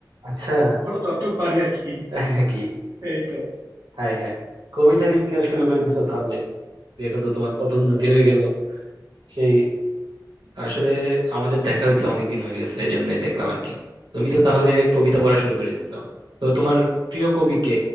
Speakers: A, on the right; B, on the right.
A: আচ্ছা
B: ধরো যতটুকু পারি আর কি
A: তাই নাকি
B: এই তো
A: High high কবিতা লিখতে শুরু করে দিছো তাহলে দেখো তো তোমার কত উন্নতি হয়ে গেল সেই আসলে আমাদের দেখা হয়েছে অনেকদিন হয়ে গেছে এই জন্যই দেখলাম আর কি তুমি তো তাহলে কবিতা পড়া শুরু করে দিছো তো তোমার প্রিয় কবি কে